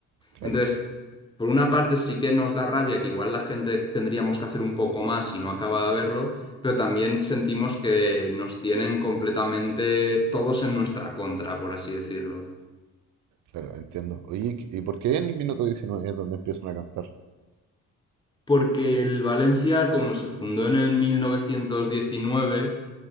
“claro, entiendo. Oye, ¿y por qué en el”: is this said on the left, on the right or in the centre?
Right